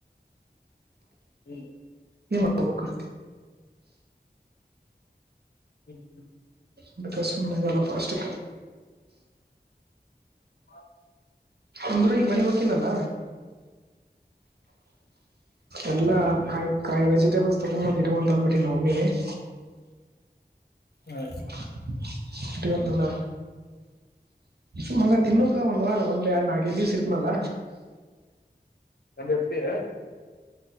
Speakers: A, on the left (about 70°); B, on the right (about 70°).
A: ಹ್ಮ್
B: ಏನ್ ಮಾಡ್ಕ ಬೇಕ.
A: ಹ್ಮ್ ಹ್ಮ್
B: ಅದಕ ಸುಮ್ಮನೆ <unintelligible> ಅಷ್ಟೇ.
A: <inaudible>
B: ಅಂದ್ರೇ ಈಗ ಮನೆಗ್ ಹೋಗಕಿನಲ್ಲ. ಎಲ್ಲಾ ಕಾಯಿ ಕಾಯಿ ವೆಜಿಟೇಬಲ್ಸ್ ತಗೊಂಡ್ ಬಂದ ಇಟ್ಕ ಅಂತ ಅಂದಬಿಟ್ಟೀನೀ ನಮ್ ಮಮ್ಮಿಗೆ. <inaudible>
A: ಹ್ಮ
B: <unintelligible> ಸುಮ್ ಅಂಗ ತಿನ್ನಕ ಒಂದ್ ವಾರ ಒಂದ್ ಎರಡ್ ನಾಕೈದು ದಿವ್ಸ ಇರ್ತ್ನಲ್ಲ.
A: ಇರ್ತೀಯಾ.